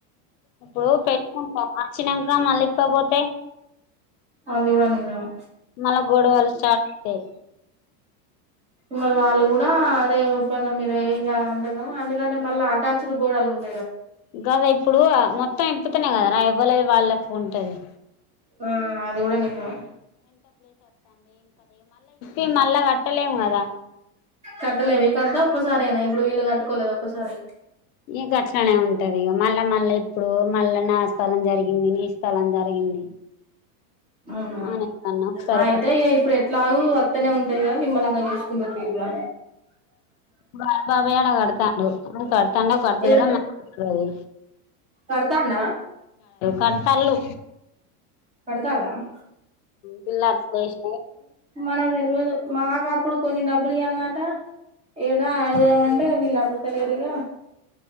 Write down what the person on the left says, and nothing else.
ఇప్పుడు పెట్టుకుంట వచ్చినంక మల్లీ ఇప్పకపోతే
మళ్ళ గొడవలు స్టార్ట్ అయితయి
గదే ఇప్పుడు మొత్తం ఇప్పుతున్న కద రా ఎవ్వలది వాళ్ళకు ఉంటది
ఇ మళ్ళా కట్టలేము కదా
ఈ గట్లనే ఉంటది ఇగ మళ్ళ మళ్ళ ఇప్పుడు మళ్ళా నా స్థలం జరిగింది నీ స్థలం స్థలం జరిగింది
ఆ నేను అన్నా ఒకసారి
కడత
మా బావే ఆడ కడతాన్డు అ కడతాండో కడుతలేదో
నాకు తెల్వది
కడతాన్లు
పిల్లాడి స్నేష్ నే